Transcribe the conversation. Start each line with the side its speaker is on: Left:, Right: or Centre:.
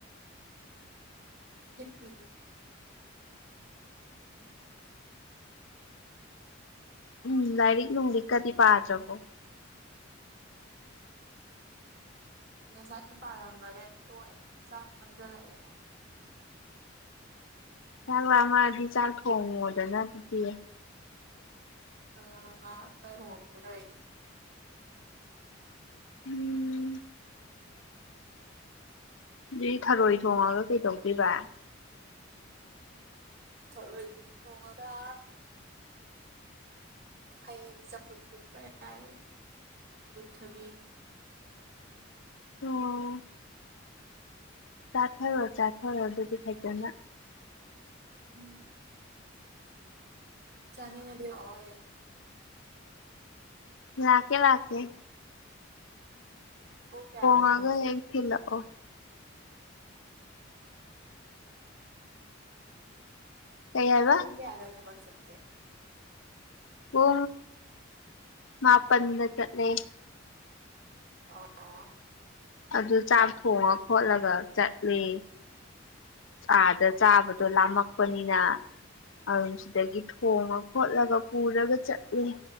Right: ꯆꯄꯤꯅꯤ
Left: ꯎꯝ ꯂꯥꯏꯔꯤꯛ ꯅꯨꯡ ꯂꯤꯛꯀꯗꯤ ꯄꯥꯗ꯭ꯔꯕꯣ
Right: ꯉꯁꯥꯏꯅ ꯄꯥꯔꯝꯕꯅꯦ ꯇꯣꯛꯑꯦ ꯆꯥꯡ ꯅꯝꯖꯜꯂꯛꯑꯦꯅ
Left: ꯆꯥꯛ ꯂꯃꯗꯤ ꯆꯥꯛ ꯊꯣꯡꯉꯣꯗꯅ ꯑꯗꯨꯗꯤ
Right: ꯑ ꯉ ꯍꯣꯡꯔ
Left: ꯎꯝ ꯑꯗꯨ ꯊꯔꯣꯏ ꯊꯣꯡꯉꯒ ꯀꯩꯗꯧꯗꯣꯏꯕ
Right: ꯊ ꯊꯉꯗ ꯍꯌꯦꯖꯠꯨꯄ ꯃ ꯊꯕꯤ
Left: ꯑꯣ ꯆꯥꯊꯔꯣ ꯆꯥꯊꯔꯣ ꯑꯗꯨꯗꯤ ꯐꯩꯖꯅ
Right: ꯎꯝ ꯆꯅꯤ ꯉꯗꯤ ꯋꯥ
Left: ꯂꯥꯛꯀꯦ ꯂꯥꯛꯀꯦ
Right: ꯄꯨꯡ ꯀꯌꯥꯗ
Left: ꯍꯒ
Right: ꯊꯕꯛ
Left: ꯌꯦꯡ ꯊꯂ ꯑꯣ ꯀꯩ ꯍꯥꯏꯕ
Right: ꯇꯣꯡꯦ ꯌꯥ ꯊ ꯁ ꯀꯦ
Left: ꯎ ꯃꯥꯄꯟꯗ ꯆꯠꯂꯦ
Right: ꯑꯣ
Left: ꯑꯗꯨ ꯆꯥꯛ ꯊꯣꯡꯉ ꯈꯣꯠꯂꯒ ꯆꯠꯂꯤ ꯑꯥꯗ ꯆꯥꯕꯗꯣ ꯂꯥꯝꯃꯛꯄꯅꯤꯅ ꯑꯗꯨ ꯁꯤꯗꯒꯤ ꯊꯣꯡꯉ ꯈꯣꯠꯂꯒ ꯄꯨꯔꯒ ꯆꯠꯂꯦ